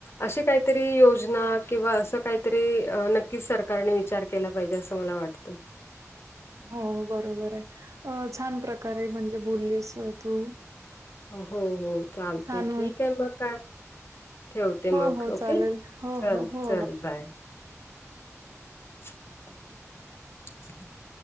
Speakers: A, on the left; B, on the right.
A: अशे कायतरी योजना किंवा असं कायतरी नक्कीच सरकारने विचार केला पाहिजे. अस स मला वाटतं.
B: हो बरोबर ये. अ छान प्रकारे म्हणजे बोललीस अ तू
A: हो, हो चालतेय
B: छान
A: ठीक ये मग काय- ठेवते
B: हो
A: मग
B: हो
A: ओके.
B: चालेल हो
A: चल,
B: हो हो
A: चल बाय. <unintelligible>